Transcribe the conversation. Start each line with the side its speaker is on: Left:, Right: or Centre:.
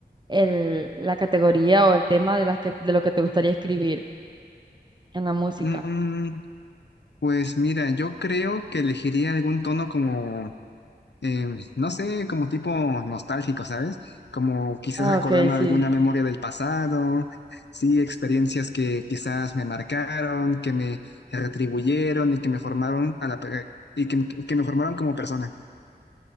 Right: el, la categoría o el tema de, las que, de lo que te gustaría escribir en la música?
Left: Mm, pues mira, yo creo que elegiría algún tono como, eh, no sé, como tipo nostálgico, ¿sabes? Como quizás
Right: Ah,
Left: recordando
Right: ok, sí.
Left: alguna memoria del pasado, sí, experiencias que quizás me marcaron, que me retribuyeron y que me formaron a la, pe- y que, que me formaron como persona.